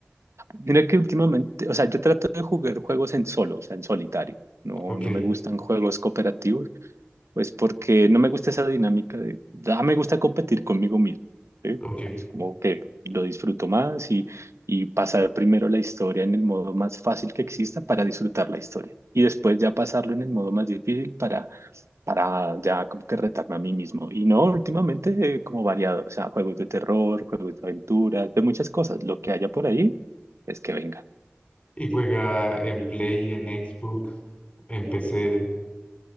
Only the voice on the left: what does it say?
Ok,
ok.
¿Y juega en Play, en Xbox, en PC?